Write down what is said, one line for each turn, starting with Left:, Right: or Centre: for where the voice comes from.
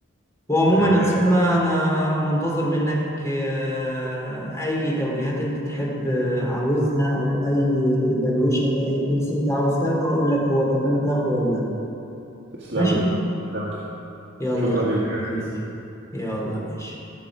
Left: وعموما
Right: تمام
Left: يا سلمى انا منتظر منك آه، اي توجيهات انت تحب آه، عاوزها او اي ايفالويشن لاي كورس انت عاوز تاخده اقول لك هو تمام تاخده ولا لا
Right: تسلم
Left: ماشي
Right: لي تسلم لي
Left: يلا
Right: شكرا
Left: اشوفك
Right: ليك بجد
Left: على خير يلا ماشي